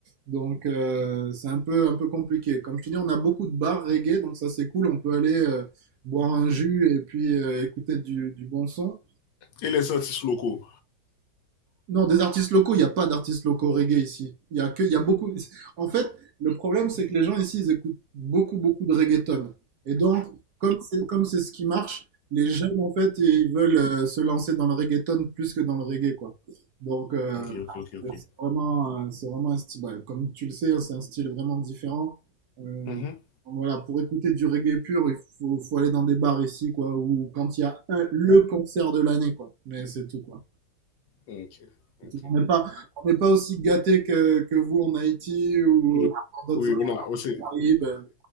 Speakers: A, on the right; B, on the left.
A: Donc, euh, c'est un peu, un peu compliqué. Comme je te dis, on a beaucoup de bars reggae, donc ça, c'est cool, on peut aller euh, boire un jus et puis euh, écouter du, du bon son.
B: Et les artistes locaux.
A: Non, des artistes locaux, il n'y a pas d'artistes locaux reggae ici. Il y a que, il y a beaucoup. En fait, le problème, c'est que les gens ici, ils écoutent beaucoup, beaucoup de reggaeton. Et donc, comme c'est, comme c'est ce qui marche, les jeunes, en fait, ils veulent euh, se lancer dans le reggaeton plus que dans le reggae, quoi. Donc, euh,
B: Okay, okay, okay, okay.
A: c'est c'est vraiment, un- c'est vraiment un style. bah, comme tu le sais, hein, c'est un style vraiment différent. Euh,
B: Mm-hmm.
A: donc voilà, pour écouter du reggae pur, il faut, faut aller dans des bars ici, quoi, ou quand il y a un, le concert de l'année, quoi. Mais c'est tout, quoi.
B: Okay, okay.
A: On n'est pas, on n'est pas aussi gâté que, que vous en Haïti ou
B: okay.
A: dans d'autres
B: Oui,
A: îles
B: on a aussi.
A: Caraïbes.